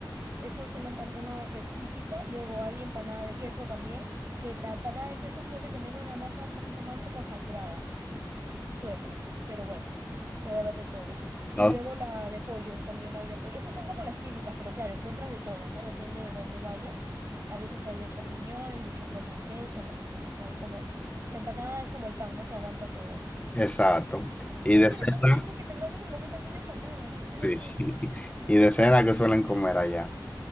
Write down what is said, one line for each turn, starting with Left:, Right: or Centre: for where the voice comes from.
Right: Eso es una, empan- una que es típica. Luego hay empanada de queso también, que la empanada de queso suele tener una masa un poquito más como hojaldrada suele, pero bueno, puede haber de todo. Y
Left: no,
Right: luego la de pollo, también hay de pollo. Esas son como las típicas, pero claro, encuentras de todo, ¿no? Depende de dónde vayas. A veces hay de champiñones, de choclo con queso, bueno, yo qué sé, hay como... La empanada es como el pan, ¿no? Que aguanta todo.
Left: exacto. Y
Right: Qué
Left: de
Right: interesante
Left: cena,
Right: que eso que tengamos en común también la empanada, qué gracioso.
Left: sí. <laughs> Y de cena que suelen comer allá.